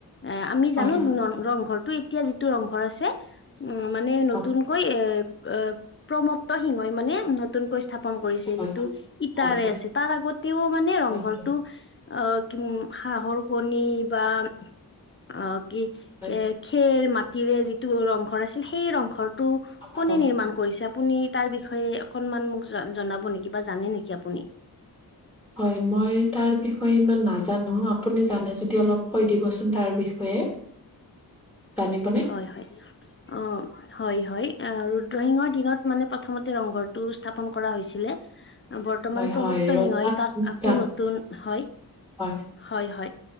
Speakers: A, on the left; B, in the centre.
A: এ আমি জানো
B: হয় হয়
A: ৰংঘৰটো এতিয়া যিটো ৰংঘৰ আছে উম মানে নতুনকৈ
B: হয়
A: এ অ প্ৰমত্ত সিংহই মানে নতুনকৈ স্থা পন কৰিছে
B: হয়
A: যিটো
B: হয় হয় হয়
A: ইটাৰে
B: হয়
A: আছে তাৰ আগতেও মানে ৰংঘৰটো
B: হয়
A: অ কি হাহৰ কণী বা অ কি
B: হয়
A: কে খেৰ মাটিৰে যিটো ৰংঘৰ আছিল সেই ৰংঘৰটো
B: হয়
A: কোনে নিৰ্মাণ কৰিছে আপুনি তাৰ বিষয়ে অকনমান মোক জ জনাব নিকি বা জানে নিকি আপুনি
B: হয় মই তাৰ বিষয়ে ইমান নাজানো আপুনি জানে যদি অলপ কৈ দিবচোন তাৰ বিষয়ে জানিবনে?
A: হয় হয় অ হয় হয় অ ৰুদ্ৰসিংহৰ দিনত মানে প্ৰথমতে ৰংঘৰটো স্থাপন কৰা হৈছিলে বৰ্তমান
B: হয়,
A: প্ৰমোত্ত
B: হয়, ৰজাৰ
A: সিংহই তাক
B: নামটো
A: আকৌ
B: জানো
A: নতুন হয়
B: হয়।
A: হয় হয়